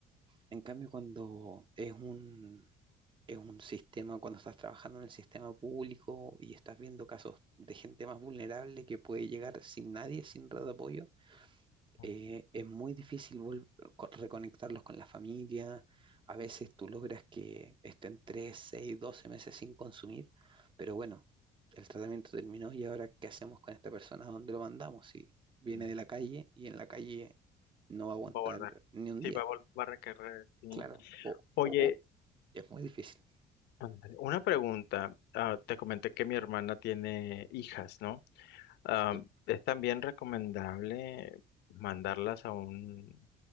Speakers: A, on the right (about 30°); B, on the left (about 80°).
A: En cambio, cuando es un, es un sistema, cuando estás trabajando en el sistema público y estás viendo casos de gente más vulnerable que puede llegar sin nadie, sin red de apoyo,
B: ujú,
A: eh, es muy difícil vol- co- reconectarlos con la familia. A veces tú logras que estén 3 6 12 meses sin consumir, pero bueno, el tratamiento terminó y ahora ¿qué hacemos con esta persona? ¿A dónde lo mandamos? Si viene
B: anda.
A: de la calle y en la calle no va a aguantar
B: Va a volver.
A: ni un
B: Sí,
A: día,
B: va a, vol- va a requerir. sí.
A: claro, o,
B: Oye,
A: o- o es muy difícil.
B: ándale, una pregunta. Ah, te comenté que mi hermana tiene hijas, ¿no? Ah,
A: Sí.
B: es también recomendable mandarlas a un